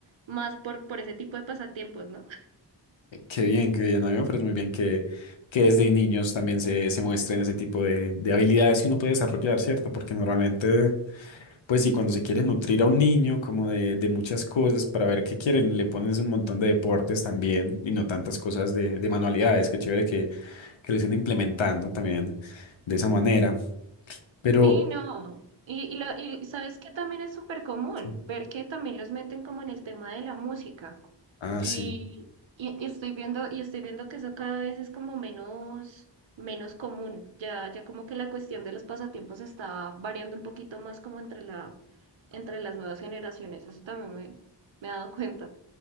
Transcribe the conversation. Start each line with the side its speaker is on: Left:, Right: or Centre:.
Right: más por, por ese tipo de pasatiempos, ¿no?
Left: Eh, Qué bien, qué bien. A mí me parece muy bien que, que desde niños también se, se muestren ese tipo de, de habilidades que uno puede desarrollar, ¿cierto? Porque normalmente, pues sí, cuando se quiere nutrir a un niño como de, de muchas cosas para ver qué quieren, le pones un montón de deportes también y no tantas cosas de, de manualidades. Qué chévere que, que lo estén implementando también de esa manera. Pero...
Right: Sí, no. Y, y, lo, y sabes que también es súper común
Left: Sí.
Right: ver que también los meten como en el tema de la música.
Left: Ah,
Right: Y,
Left: sí.
Right: y- y estoy viendo, y estoy viendo que eso cada vez es como menos, menos común. Ya, ya como que la cuestión de los pasatiempos está variando un poquito más como entre la, entre las nuevas generaciones. Eso también me, me he dado cuenta.